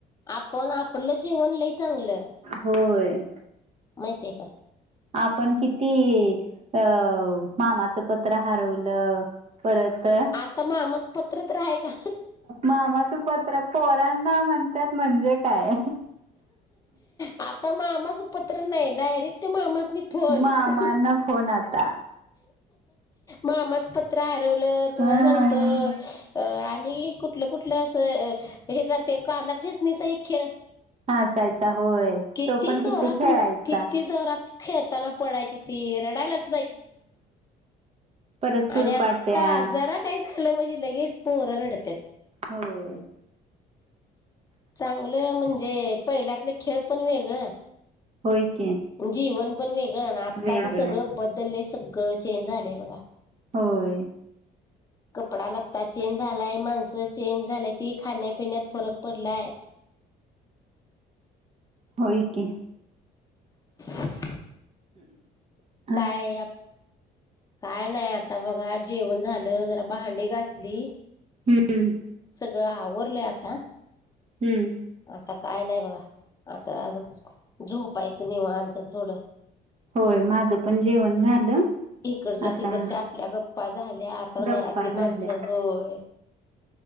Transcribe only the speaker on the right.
होय.
आपण किती अ मामाचं पत्र हरवलं. परत
मामा पत्र. पोरांना म्हणतात म्हणजे काय.
मामांना
फोन आता
हम्म
असायचा होय.
तो पण
खेळायचा
परत
सुरपाट्या.
होय.
होय की.
वेगळं
होय.
होय की.
हम्म.
''हं''
हम्म.
होय माझं पण जेवण झालं.
आता
गप्पा झाल्या